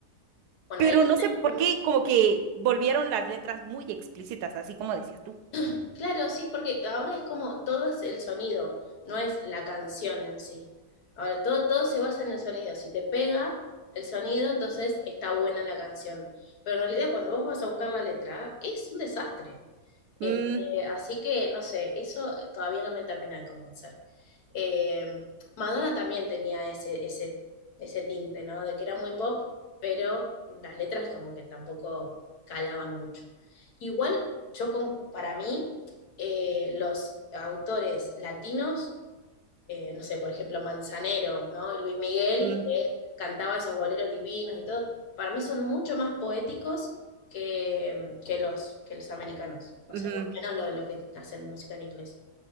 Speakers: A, on the left (about 70°); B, on the right (about 75°).
A: Bueno,
B: pero
A: ahí ya
B: no
A: tenés
B: sé por
A: como
B: qué como que volvieron las letras muy explícitas, así como decías tú.
A: <clears throat> Claro, sí, porque ahora es como todo es el sonido, no es la canción en sí. Ahora todo, todo se basa en el sonido. Si te pega el sonido, entonces está buena la canción. Pero en realidad cuando vos vas a buscar la letra, es un desastre. Este,
B: Mm,
A: así que no sé, eso todavía no me termina de convencer. Eh, Madonna también tenía ese, ese, ese tinte, ¿no? De que era muy pop, pero las letras como que tampoco calaban mucho. Igual, yo con, para mí, eh, los autores latinos, eh, no sé, por ejemplo, Manzanero, ¿no? Y Luis Miguel,
B: mm,
A: que cantaba esos boleros divinos y todo, para mí son mucho más poéticos que, que los, que los americanos, o
B: ujú,
A: sea, o al menos los, los que hacen música en inglés.